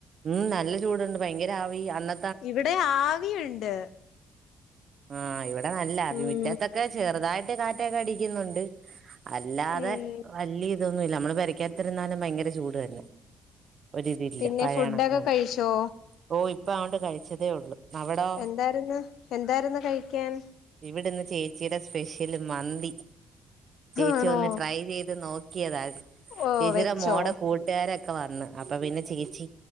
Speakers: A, on the right; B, on the left.
A: ഉം നല്ല ചൂടുണ്ട് ഭയങ്കര ആവി അന്ന
B: ഇവിടെ ആവിണ്ട്.
A: ആഹ് ഇവിടെ നല്ല ആവി
B: ഉം
A: മിറ്റത്തൊക്കെ ചെറുതായിട്ട് കാറ്റൊക്കെ അടിക്കുന്നുണ്ട്. അല്ലാതെ
B: ഉം
A: വല്ല്യ ഇതൊന്നുല്ല നമ്മള് പെരക്കകത്തിരുന്നാലും ഭയങ്കര ചൂട് തന്നെ. ഒരിതില്ല
B: പിന്നെ
A: പഴയ
B: ഫുഡൊക്കെ
A: കണക്കാണ്
B: കഴിച്ചോ
A: ഓഹ് ഇപ്പ ആണ്ട് കഴിച്ചതേ ഉള്ളൂ അവിടോ.
B: എന്താരുന്നു, എന്താരുന്നു കഴിക്കാൻ.
A: ഇവിടുന്ന് ചേച്ചീടെ സ്പെഷ്യല് മന്തി ചേച്ചി
B: ആണോ
A: ഒന്ന് ട്രൈ ചെയ്ത് നോ ക്കിയതാ
B: ഓ
A: ചേച്ചീടെ
B: വെച്ചോ
A: മോടെ കൂട് ട്ടാരൊക്കെ വന്നു അപ്പൊ പിന്നെ ചേച്ചി